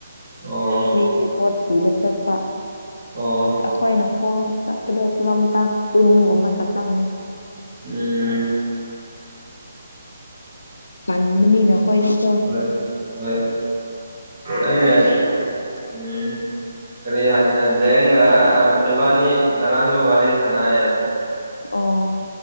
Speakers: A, on the right; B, on the left.
A: ꯑꯣ
B: ꯃꯤꯒꯤ ꯄꯣꯠ ꯊꯤꯕ ꯆꯠꯄ
A: ꯑꯣ
B: ꯑꯩꯈꯣꯏꯅ ꯈꯣꯡ ꯆꯠꯄꯗꯣ ꯀꯤꯂꯣꯝꯃꯤꯇꯔ ꯀꯨꯟꯒꯨꯝꯕ ꯆꯠꯂꯝꯅꯤ
A: ꯎꯝ
B: ꯀꯟꯕꯅꯤ ꯅꯈꯣꯏꯗꯤꯀꯣ
A: ꯍꯣꯏ ꯍꯣꯏ ꯑ ꯎꯝ ꯀꯔꯤ ꯍꯥꯏꯁꯤꯔ ꯖꯦꯡꯒ ꯏꯕꯥꯅꯤ ꯉꯔꯥꯡꯁꯨ ꯋꯥꯔꯤ ꯁꯟꯅꯩ
B: ꯑꯣ